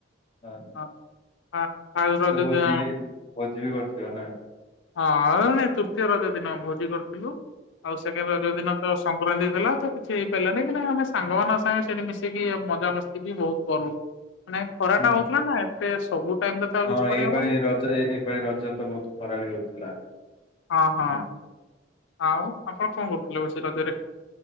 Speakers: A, on the left (about 30°); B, on the left (about 75°).
A: ଆଜ୍ଞା
B: ହଁ ଫାଷ୍ଟ ରଜ
A: ଭୋଜିିବି ଭୋଜିିବି କରିଥିବ ନା?
B: ହଁମାନେ ତୃତୀୟ ରଜ ଦିନ ଭୋଜି କରିଥିଲୁ ଆଉ ସେକେଣ୍ଡ ରଜ ଦିନ ତ ସଂକ୍ରାନ୍ତି ଥିଲା। ତ କିଛି ହେଇପାରିଲାନି କିନ୍ତୁ ଆମେ ସାଙ୍ଗମାନଙ୍କ ସାଙ୍ଗେ ସେଠି ମିଶିକି ମଜା ମସ୍ତି ବି ବହୁତ କରୁ। ମାନେ ଖରାଟା
A: ହୁଁ।
B: ହଉଥିଲା ନା ଏତେ ସବୁ ଟାଇମ ରେ ତ ଆଉ
A: ହଁ
B: କିଛି କରିହବନି
A: ଏଇପା ଳି ରଜ ଏଇପାଳି ରଜ ତ ବହୁତ ଖରାବି ହଉଥିଲା।
B: ହଁ
A: ହୁଁ
B: ହଁ ଆଉ ଆପଣ କଣ କରୁଥିଲେ ବସି ରଜରେ।